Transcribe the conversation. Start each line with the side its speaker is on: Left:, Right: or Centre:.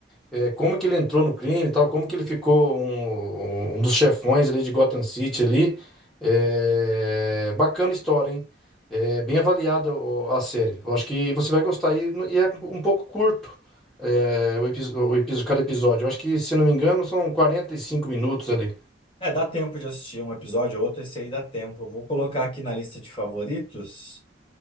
Centre: é, como que ele entrou no crime e tal como que ele ficou um, um um dos chefões ali de Gotham City ali É, bacana a história hein é bem avaliada o- a série eu acho que você vai gostar e, e é um pouco curto é, o, episo- o episo- cada episódio eu acho que se não me engano são 45 minutos ali
Left: É, dá tempo de assistir um episódio ou outro, esse aí dá tempo. Eu vou colocar aqui na lista de favoritos,